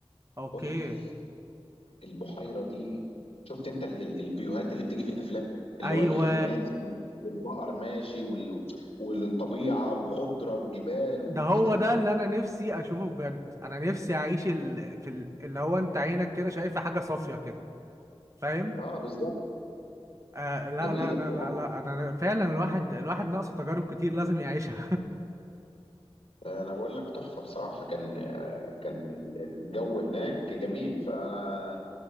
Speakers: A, on the right (about 30°); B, on the left (about 90°).
A: أوكي
B: بص البحيره دي شفت انت ال ال الفيوهات اللي بتيجي في الافلام اللي
A: أيوة
B: هو الخيل ماشي والبقر ماشي وال والطبيعه وخضره وجبال و...
A: ده هو
B: ايه ده
A: ده اللي أنا نفسي أشوفه بجد أنا نفسي أعيش ال... في ال... اللي هو أنت عينك كده شايفة حاجة صافية كده فاهم
B: اه بالظبط
A: آه لا
B: جميله
A: لا لا
B: بصراحه
A: لا لا أنا فعلا الواحد الواحد ناقصه تجارب كتير لازم يعيشها
B: انا بقول لك تحفه بصراحه كان آه، كان ال- الجو هناك جميل فانا